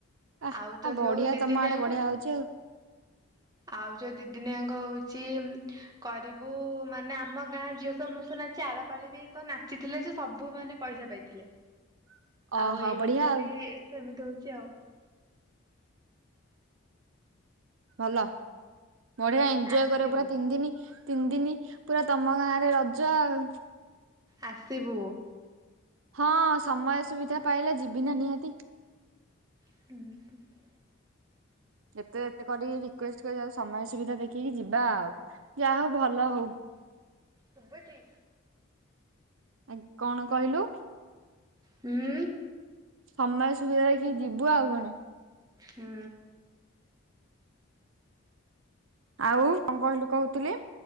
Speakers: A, on the right; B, on the right.
A: ଆ
B: ଆଉ ତ
A: ଆ ବଢିଆ
B: ଯୋଉ ଦି
A: ତମ
B: ଦିନିଆଙ୍କ
A: ଆଡେ ବଢିଆ ହଉଚି ଆଉ।
B: ଆଉ ଯୋଉ ଦି ଦିନିଆଙ୍କ ହଉଛି। କରିବୁ ମାନେ ଆମ ଗାଁ ଝିଅ ସମସ୍ତେ ନାଚି ଆରପାଳି ବି ତ ନାଚିଥିଲେ ଯେ ସବୁ ମାନେ ପଇସା ପାଇଥିଲେ।
A: <inaudible>
B: ଆଉ ଏଇ
A: ବଢିଆ
B: ବର୍ଷ
A: ଆଉ
B: ବି ସେମିତି ହଉଛି ଆଉ।
A: ଭଲ ବଢିଆ ଏଞ୍ଜୟ୍
B: ଆସିବୁ
A: କରିବ ପୁରା ତିନି ଦିନ। ତିନି ଦିନି ପୁରା ତମ ଗାଁ ରେ ରଜ ଆଉ।
B: ଆସିବୁ।
A: ହଁ ସମୟ ସୁବିଧା ପାଇଲେ ଯିବି ନା ନିହାତି।
B: <unintelligible>
A: ଏତେ ଏତେ କରିକି ରିକ୍ୟୁଏସ୍ଟ କରିକି ସମୟ ସୁବିଧା ଦେଖିକି ଯିବା ଆଉ ଯାହା ହଉ ଭଲ ହଉ।
B: ଶୁଭୁଚି?
A: ଆ କଣ କହିଲୁ?
B: ହୁଁ।
A: ସମୟ ସୁବିଧା ଦେଖିକି ଯିବୁ ଆଉ କଣ।
B: ହୁଁ।
A: ଆଉ କଣ କହିଲୁ କହୁଥିଲି